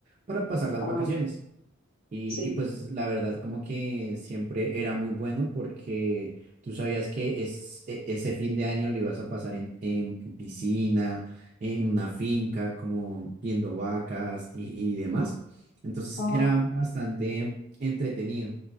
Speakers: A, on the right; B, on the left.
A: para pasar las
B: ajá,
A: vacaciones. Y,
B: sí,
A: y pues la verdad como que siempre era muy bueno porque tú sabías que es, e- ese fin de año lo ibas a pasar en, en- en piscina, en una finca, como viendo vacas y, y demás. Entonces
B: ajá,
A: era bastante entretenido.